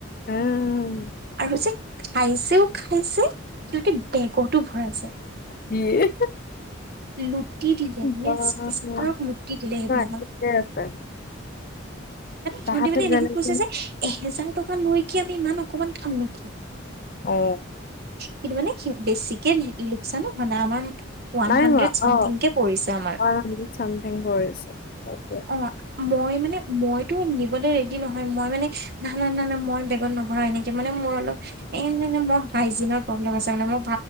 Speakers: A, on the left; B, on the right.
A: উম।
B: আৰু যে খাইছেও। খাইছে সিহঁতে বেগতো ভৰাইছে,
A: ইয়ে
B: লুটি দিলে মানে
A: বা
B: চিটি চেণ্টাৰক
A: নাই
B: লুটি দিলে সেইদিনাখন।
A: ঠিকে আছে
B: মানে সিহঁতি
A: তাহাঁতে
B: মানে এনেকে
A: যেনেকে
B: কৈছে যে এহেজাৰ ট লৈকে আমি ইমান অকমান খাম নেকি?
A: অ
B: কিন্তু মানে কি বেছিকে লোকচানো। মানে আমাৰ ওৱান
A: নাই
B: হাণ্ড্ৰেড
A: হোৱা,
B: চামথিং
A: অ'
B: কে পৰিছে আমাৰ।
A: ৱান হাণ্ড্ৰেড ছামথিং পৰিছে, সেইটোৱে।
B: অ', মই মানে মইতো নিবলে ৰেডি নহয়, মই মানে না না না না মই বেগত নভৰাও। এনেক কে মানে মোৰ অলপ এই মানে মোৰ হাইজিনৰ প্ৰব্লেম আছে মানে মোৰ।